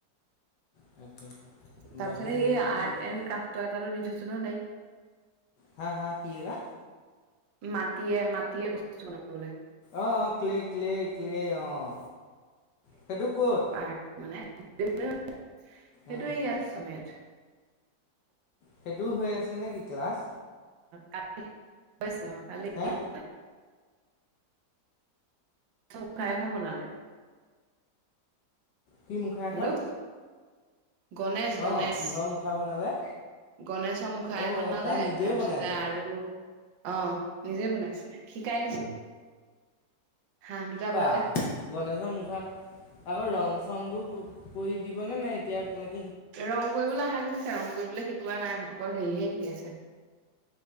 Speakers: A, on the left; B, on the right.
A: তাকে
B: তাৰপিছত
A: বাকী
B: সেই
A: হেৰি
B: আৰ্ট
A: কি বুলি
B: এণ্ড ক্ৰাফটৰ এটাটো‌ দি থৈছোঁ নহয় তাইক।
A: হা হা কি এৰা
B: মাটিয়ে মাটিয়ে বস্তু বনাবলে।
A: অঁ অঁ ক্লে ক্লে ক্লে অঁ সেইটো ক'ত?
B: আৰ্ট মানে <unintelligible> সেইটো
A: উম
B: ইয়াত চনেত।
A: সেইটোও হৈ আছে নেকি ক্লাছ?
B: কাট <unintelligible> হৈছে অঁ কালি
A: হে
B: দেউবা চৌকা এখন বনালে।
A: কি মুখা
B: হেল্ল'
A: এখন?
B: গণেশ গণেশ
A: অ', কি'হৰ মুখা বনালে?
B: গণেশৰ মুখা
A: অ
B: এখন বনালে,
A: তাই নিজেই
B: তাৰপিছতে
A: বনাইছে
B: আৰু অ', নিজে বনাইছে, শিকাই দিছে। হাঁহ দুটা
A: বাহ!
B: বনালে
A: গণেশৰ মুখা, আকৌ ৰং চংবোৰ ক' কৰি দিবনে নাই এতিয়া ক
B: ৰং কৰিবলে হাক দিছে। ৰং কৰিবলে শিকোৱা নাই, অকল হেৰিয়ে শিকাইছে।